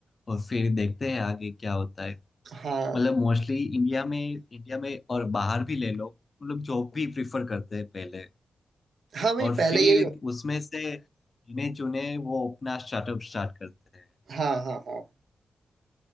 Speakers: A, on the left; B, on the right.
A: और फिर देखते हैं आगे क्या होता है
B: हाँ
A: मतलब मोस्टली इंडिया में इंडिया में और बाहर भी ले लो वो लोग जॉब भी प्रिफर करते हैं पहले
B: हाँ भाई
A: और
B: पहले
A: फिर
B: यही हो-
A: उसमें से गिने चुने वो अपना स्टार्टअप स्टार्ट करते हैं
B: हाँ हाँ हाँ